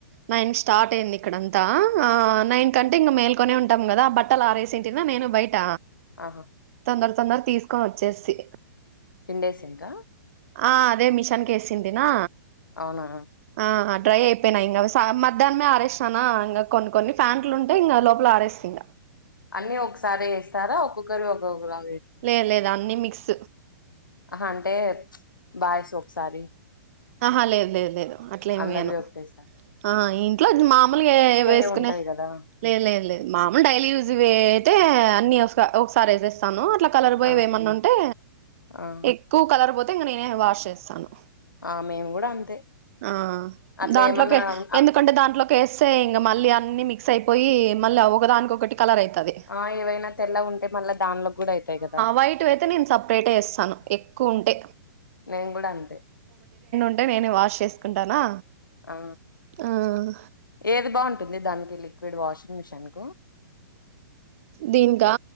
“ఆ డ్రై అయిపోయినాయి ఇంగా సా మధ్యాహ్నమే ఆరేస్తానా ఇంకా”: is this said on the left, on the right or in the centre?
Right